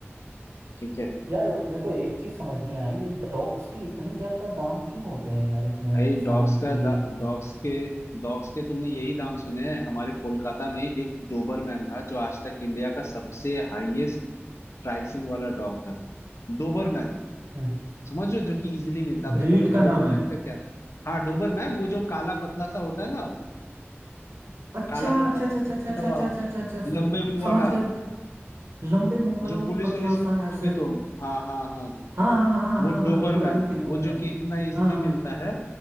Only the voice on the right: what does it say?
यार मेरे को एक चीज समझ नहीं आई ये डॉग्स की इतने ज्यादा दाम क्यों होते हैं यार इतने
सेवेंटी
एट्टी
हम्म
ब्रीड
का नाम
है
अच्छा
अच्छा
अच्छा अच्छा
अच्छा
अच्छा अच्छा अच्छा अच्छा अच्छा,
समझ
गया लंबे मुंह वाला
वो
पतला
सा
ऐसे
हाँ हाँ हाँ हाँ
हाँ हाँ
पुरानी फिल्मों
में
हाँ